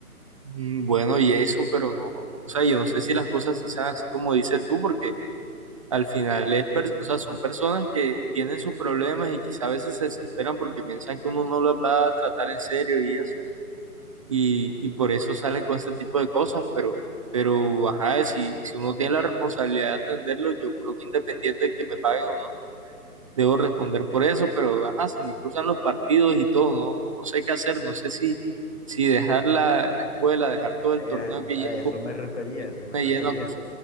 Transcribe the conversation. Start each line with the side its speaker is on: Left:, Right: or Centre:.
Right: mm, Bueno, Jason, pero no, o sea, yo no sé si las cosas sí son así como dices tú, porque al final es, per- o sea, son personas que tienen sus problemas y quizá a veces se desesperan porque piensan que uno no las va a tratar en serio y eso. y, y por eso salen con ese tipo de cosas, pero, pero ajá, si, si uno tiene la responsabilidad de atenderlo, yo creo que independiente de que me paguen o no, debo responder por eso, pero ajá, se me cruzan los partidos y todo, no, no sé qué hacer, no sé si, si dejar la, la escuela, dejar todo
Left: Ay,
Right: el torneo
Left: A,
Right: que
Left: a
Right: llevo,
Left: eso me refería,
Right: y me,
Left: a eso me
Right: me
Left: refería.
Right: lleno a cosas